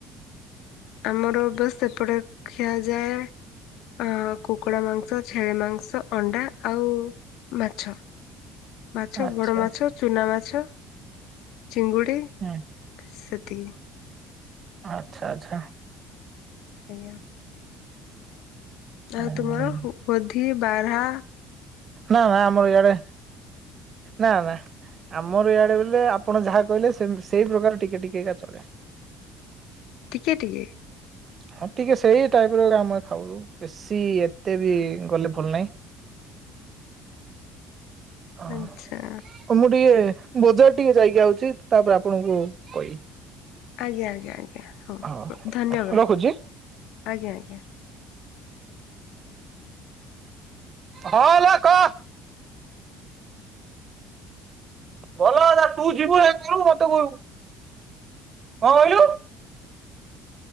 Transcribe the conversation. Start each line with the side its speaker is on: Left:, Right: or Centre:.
Left: ଆମର ବାସ ସେପଟେ ଖିଆଯାଏ ଆ କୁକୁଡ଼ା ମାଂସ ଛେଳି ମାଂସ ଅଣ୍ଡା ଆଉ ମାଛ ମାଛ
Right: ଆଚ୍ଛା
Left: ବଡ଼ ମାଛ, ଚୁନା ମାଛ, ଚିଙ୍ଗୁଡ଼ି।
Right: ଉଁ
Left: ସେତିକି
Right: ଆଚ୍ଛା ଆଚ୍ଛା।
Left: ଆଜ୍ଞା।
Right: ହୁଁ।
Left: ଆଉ ତୁମର ଗୋଧି ବାରା?
Right: ନା ନା ଆମର ଇଆଡେ ନା ନା ଆମର ଇଆଡ଼େ ବୋଲେ ଆପଣ ଯାହା କହିଲେ ସେଇ ପ୍ରକାର ଟିକେ ଟିକେ ଏକା ଚଳେ।
Left: ଟିକେ ଟିକେ
Right: ହଁ ଟିକେ ସେଇ ଟାଇପ ର ଆମେ ଖାଉ ବେଶୀ ଏତେ ବି ଗଲେ ଭଲ ନାହିଁ। ହଁ
Left: ଆଚ୍ଛା।
Right: ମୁଁ ଟିକେ ବଜାର ଟିକେ ଯାଇକି ଆଉଛି ତାପରେ ଆପଣଙ୍କୁ କହିବି।
Left: ଆଜ୍ଞା ଆଜ୍ଞା ଆଜ୍ଞା ହଉ
Right: ହଁ
Left: ଧନ୍ୟବାଦ
Right: ରଖୁଛି।
Left: ଆଜ୍ଞା ଆଜ୍ଞା।
Right: ହଁ ମା କ ଭଲ କଥା ତୁ ଯିବୁ ନା କଣ ମତେ କହିବୁ କଣ କହିଲୁ?